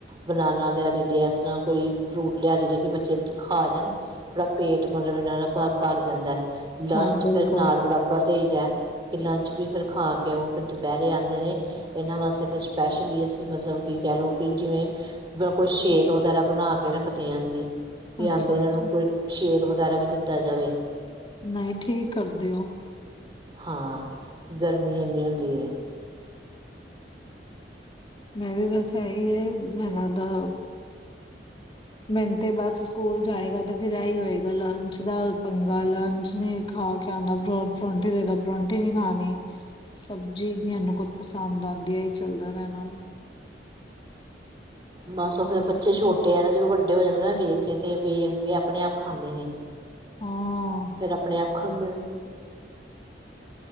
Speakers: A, on the right; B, on the left.
A: ਬਨਾਨਾ ਲਿਆ ਦਈ ਦੇ ਹੈ। ਇਸ ਤਰਾਂ ਕੋਈ ਫਰੂਟ ਲਿਆ ਦੀ ਜੇ ਕਿ ਬੱਚੇ ਖਾ ਜਾਣ। ਥੋੜਾ ਪੇਟ ਮਤਲਬ, ਇਹਨਾਂ ਦਾ ਭਰ-ਭਰ ਜਾਂਦਾ, ਲੰਚ
B: ਹਾਂ ਬਿਲਕੁਲ
A: ਫਿਰ ਨਾਲ ਬਰਾਬ ਬਸ ਠੀਕ ਐ ਕਿ, ਲੰਚ ਵੀ ਫਿਰ ਖਾ ਕੇ ਉਹ ਫਿਰ ਦੁਪਹਿਰੇ ਆਉਂਦੇ ਨੇ, ਇਹਨਾਂ ਵਾਸਤੇ ਫਿਰ ਸਪੈਸ਼ਲੀ ਅਸੀਂ ਮਤਲਬ, ਕਿ ਕਹਿ ਲਓ ਕਿ ਜਿਵੇਂ ਬਿਲਕੁਲ ਸ਼ੇਕ ਵਗੈਰਾ ਬਣਾ ਕੇ ਰੱਖਦੇ ਆਂ ਅਸੀ। ਕੀ ਆਉਂਦੇ,
B: ਅੱਛਾ ਅੱਛਾ
A: ਇਹਨਾਂ ਨੂੰ ਕੋਈ ਛੇਕ ਵਗੈਰਾ ਵੀ ਦਿੱਤਾ ਜਾਵੇ।
B: ਨਹੀਂ ਠੀਕ ਕਰਦੇ ਓ,
A: ਹਾਂ, ਗਰਮੀ ਇੰਨੀ ਹੁੰਦੀ ਹੈ।
B: ਮੈਂ ਵੀ ਬਸ ਇਹੀ ਹੈ ਮੈਂਨਾਂ ਦਾ ਮੈਨ ਤੇ ਬਸ ਸਕੂਲ ਜਾਏਗਾ, ਤੇ ਫੇਰ ਇਹੀ ਹੋਏਗਾ, ਲੰਚ ਦਾ ਪੰਗਾ ਲੰਚ ਨੇ ਖਾ ਕੇ ਆਦਾ ਪਰੌਠੀ ਦੇਦਾ ਪਰੌਠੇ ਨੀ ਖਾਣੇ। ਸਬਜ਼ੀ ਵੀ ਮਨੂੰ ਕੁੱਝ ਪਸੰਦ ਆਦੀ ਆ, ਹੀ ਚੱਲਦਾ ਰਹਿਣਾ ਹੋਵੇ।
A: ਬਸ ਫੇਰ ਬੱਚੇ ਛੋਟੇ ਆ ਨਾ ਜਦੋਂ ਵੱਡੇ ਹੋ ਜਾਣਗੇ, ਨਾ ਵੇਖ ਕੇ ਵੇਖ ਕੇ ਆਪਣੇ ਆਪ ਖਾਂਦੇ ਨੇ।
B: ਹਾਂ
A: ਫੇਰ ਆਪਣੇ ਆਪ ਖਾਂਦੇ ਨੇ,